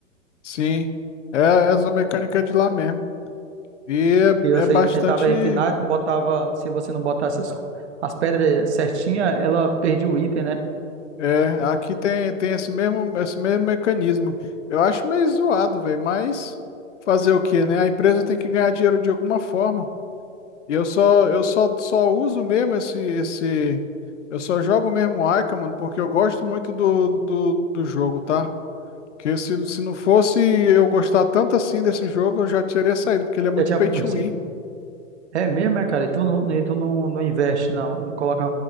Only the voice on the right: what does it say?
E você
tentava refinar, não botava, se você não botasse as, as pedras certinha, ela perdia o item, né?
Já tinha,
<laughs>
é é mesmo, é, cara? E tu não, e tu não, não investe, não, não coloca